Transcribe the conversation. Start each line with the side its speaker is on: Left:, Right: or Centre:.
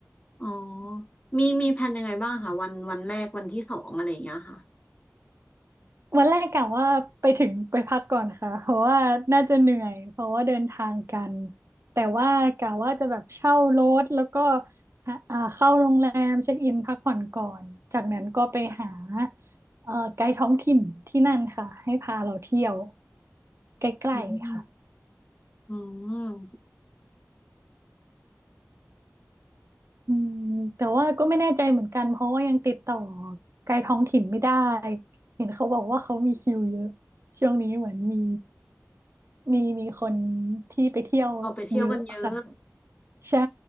Left: อ๋อมีมีแผนยังไงบ้างคะวันวันแรกวันที่สองอะไรอย่างเงี้ยค่ะ
Right: วันแรกกะว่าไปถึงไปพักก่อนค่ะเพราะว่าน่าจะเหนื่อยเพราะว่าเดินทางกันแต่ว่ากะว่าจะแบบเช่ารถแล้วก็หาอ่าเข้าโรงแรมเช็คอินพักผ่อนก่อนจากนั้นก็ไปหาเอ่อไกด์ท้องถิ่นที่นั่นค่ะให้พาเราเที่ยวใกล้ๆค่ะ
Left: อืมอืม
Right: อืมแต่ว่าก็ไม่แน่ใจเหมือนกันเพราะว่ายังติดต่อไกลท้องถิ่นไม่ได้เห็นเขาบอกว่าเขามีคิวเยอะช่วงนี้เหมือนมีมีมีคนที่ไปเที่ยวเยอะค่ะ
Left: เอาไปเที่ยวกันเยอะ
Right: ใช่